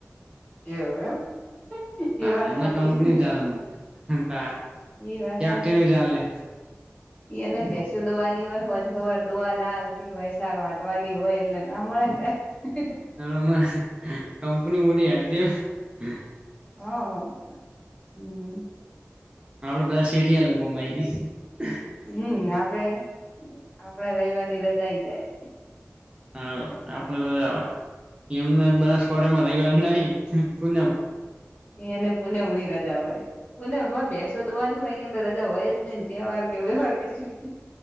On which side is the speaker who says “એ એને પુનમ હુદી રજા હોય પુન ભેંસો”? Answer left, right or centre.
Left